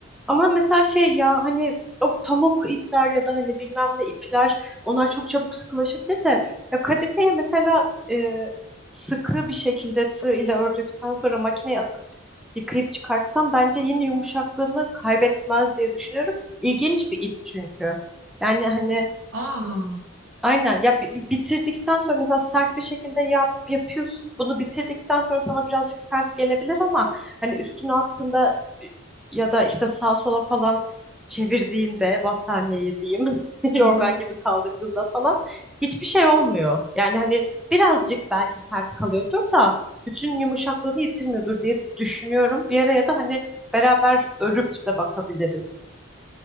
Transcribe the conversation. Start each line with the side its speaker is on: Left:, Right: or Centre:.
Centre: Ama mesela şey ya hani o pamuk ipler ya da hani bilmem ne ipler onlar çok çabuk sıkılaşabilir de ya kadifeyi mesela e, sıkı bir şekilde tığ ile ördükten sonra makineye atıp yıkayıp çıkartsam bence yine yumuşaklığını kaybetmez diye düşünüyorum. İlginç bir ip çünkü. Yani hani
Right: Aa,
Centre: Aynen ya bi- bi- bitirdikten sonra mesela sert bir şekilde yap, yapıyorsun. Bunu bitirdikten sonra sana birazcık sert gelebilir ama hani üstüne attığında ya da işte sağa sola falan çevirdiğinde battaniyeyi diyeyim <laughs> yorgan
Right: Hı hı.
Centre: gibi kaldırdığında falan hiçbir şey olmuyor. Yani hani birazcık belki sert kalıyordur da bütün yumuşaklığını yitirmiyordur diye düşünüyorum. Bir araya da hani beraber örüp de bakabiliriz.